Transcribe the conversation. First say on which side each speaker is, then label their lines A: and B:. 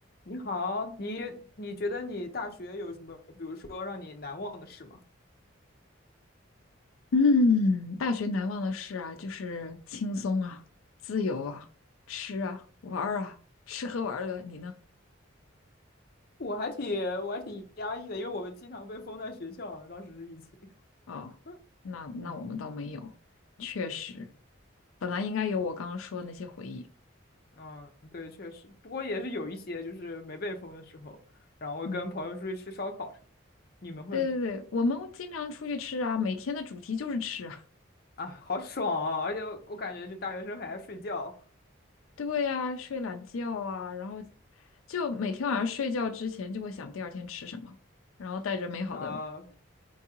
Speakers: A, on the left (about 50°); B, on the left (about 85°).
A: 你好，你你觉得你大学有什么，比如说让你难忘的事吗？
B: 嗯，大学难忘的事啊，就是轻松啊，自由啊，吃啊，玩儿啊，吃喝玩乐。你呢？
A: 我还挺我还挺压抑的，因为我们经常被封在学校啊，当时是疫情。
B: 哦，
A: <laughs>
B: 那那我们倒没有，
A: 嗯
B: 确实，
A: 嗯
B: 本来应该有我刚刚说的那些回忆。
A: 嗯，对，确实，不过也是有一些就是没被封的时候，然后会跟朋友出去吃烧烤什么。
B: 嗯，
A: 你们会吗？
B: 对对对，我们经常出去吃啊，每天的主题就是吃啊。
A: 啊，好爽啊！而且我我感觉就大学生还爱睡觉。
B: <laughs> 对呀，睡懒觉啊，然后就每天晚上睡觉之前就会想第二天吃什么，然后带着美好的
A: <laughs> 啊，